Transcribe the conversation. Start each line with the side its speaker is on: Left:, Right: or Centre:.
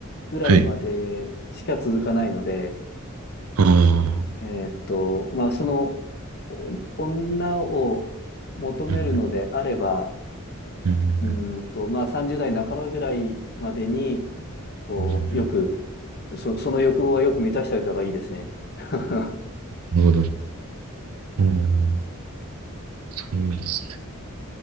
Left: ぐらいまでしか続かないので、
Right: はい。ああ。
Left: えーっと、まあその、お女を求めるのであれば、
Right: うん。うん。
Left: うーんと、まあ30代半ばぐらいまでに、こう、
Right: うん
Left: よく、そ、その欲望はよく満たしておいた方がいいですね。<laughs>
Right: なるほど。うん。そうですね。